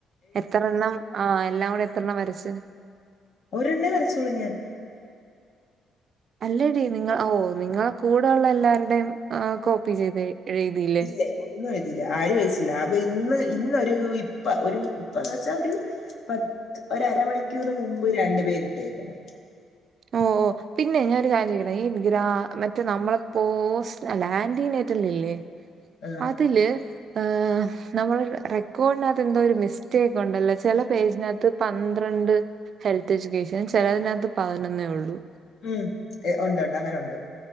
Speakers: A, on the right; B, on the left.
A: എത്രണ്ണം ആഹ് എല്ലാം കൂടെ എത്രണ്ണം വരച്ച്
B: ഒരെണ്ണേ വരച്ചൊള്ളൂ ഞാൻ
A: അല്ലടീ നിങ്ങൾ ഓഹ് നിങ്ങളെ കൂടെ ഉള്ള എല്ലാര്ടേയും ഏഹ് കോപ്പി ചെയ്ത് എഴ്‌തീല്ലേ
B: ഇല്ല ഒന്നും എഴുതിയില്ല ആര് ഓയ്ച്ചില അത് ഇന്ന് ഇന്നൊരൂ ഇപ്പ ഒരു ഇപ്പന്ന് ച്ചാ ഒരു പത്ത് ഒരരമണിക്കൂർ മുമ്പ് രണ്ട് പേരിട്ടേക്ക്ണ്
A: ഓ ഓ പിന്നെയ് ഞാനൊര് കാര്യം ചോയിക്കട്ടേ ഈ ഗ്രാ മറ്റേ നമ്മള്പ്പോസ് അല്ല ആൻറീനേറ്റ്ർല്ല്ല്ലേ
B: ആ
A: അതില് ഏഹ് നമ്മളെ റെക്കോർഡിനകത്ത് എന്തോ ഒരു മിസ്റ്റേക്ക് ഉണ്ടല്ലോ ചില പേജിനകത്ത് പന്ത്രണ്ട് ഹെൽത്ത് എഡ്യൂക്കേഷൻ ചെലതിനകത്ത് പതിനൊന്നേ ള്ളൂ
B: ഉം ഏ ഉണ്ട് ഉണ്ട് അങ്ങന ഉണ്ട്